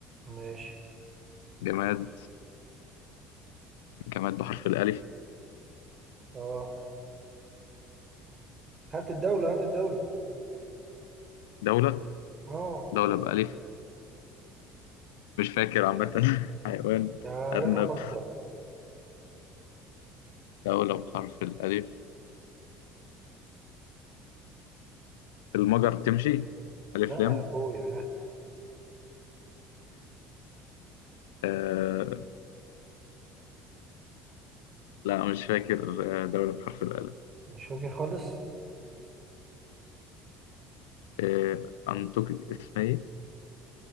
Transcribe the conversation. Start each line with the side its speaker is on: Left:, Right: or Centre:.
Right: ماشي
Left: جماد جماد بحرف الألف
Right: اه هات الدولة هات الدولة
Left: دولة
Right: اه
Left: دولة بألف مش فاكر عامة <laughs> حيوان
Right: يا
Left: أرنب
Right: جدع فكر
Left: دولة بحرف الألف المجر تمشي ألف
Right: لا
Left: لام
Right: يا اخويا
Left: آه... لا مش فاكر آه، دولة بحرف الألف
Right: <laughs> مش فاكر خالص
Left: آه، أنطوكيا اسمها إيه؟